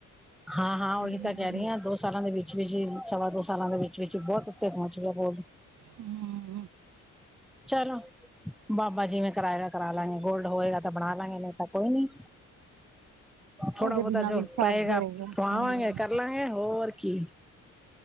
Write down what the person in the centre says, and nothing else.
ਹਾਂ-ਹਾਂ
ਓਈ ਤਾਂ ਕੈ ਰਈ ਆਂ ਦੋ ਸਾਲਾਂ ਦੇ ਵਿੱਚ ਵਿੱਚ ਈ ਸਵਾ ਦੋ ਸਾਲਾਂ ਦੇ ਵਿੱਚ-ਵਿੱਚ ਈ ਬੋਹਤ ਉੱਤੇ ਪਹੁੰਚ ਗਿਆ ਗੋਲਡ
ਚਲੋ ਬਾਬਾ ਜਿਵੇਂ ਕਰਾਏਗਾ ਕਰਾ ਲਾਂਗੇ ਗੋਲਡ ਹੋਏਗਾ ਤਾਂ ਬਣਾ ਲਾਂਗੇ ਨਈ ਤਾਂ ਕੋਈ ਨੀ।
ਥੋੜਾ-ਬੋਤਾ
ਜੋ
ਪਏਗਾ।
ਪਾਵਾਂਗੇ ਕਰ ਲਾਂਗੇ ਹੋਰ ਕੀ,